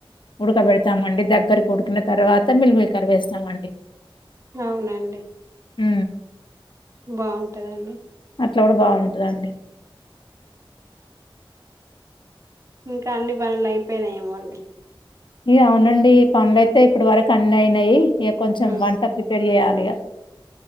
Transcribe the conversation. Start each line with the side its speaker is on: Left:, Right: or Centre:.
Left: ఉడకబెడతామండి దగ్గరకు ఉడికిన తర్వా తర్వాత మిల్ మేకర్ వేస్తామండి
Right: అవునాండి
Left: ఉ
Right: బాగుంటదా అండి
Left: అట్లా కూడా బావుంటదా అండి
Right: ఇంకా అన్ని పనులు అయిపోయినాయేమో అండి
Left: ఇ అవునండి పనులయితే ఇప్పడు వరకు అన్ని అయినాయి ఇక కొంచెం
Right: ఆ
Left: వంట ప్రిపేర్ చెయ్యాలి ఇగా